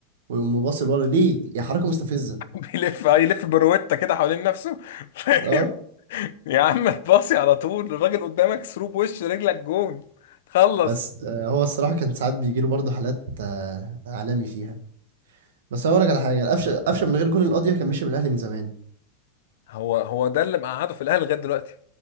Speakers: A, on the right; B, on the left.
A: ويقوم باصل ورا ليه يا حركه مستفزه
B: <laughs> بيلف هيلف بروتة كده حوالين نفسه <laughs> فاهم
A: اه
B: يا عم باصي على طول الراجل قدامك ثرو بوش رجلك جون خلص
A: بس آه هو الصراحه كان ساعات بيجيله برضه حالات آه عالمي فيها بس هقول لك على حاجه قفشه قفشه من غير جون القضيه كان مشي من الاهلي من زمان
B: هو هو ده اللي مقعده في الاهلي لغايه دلوقتي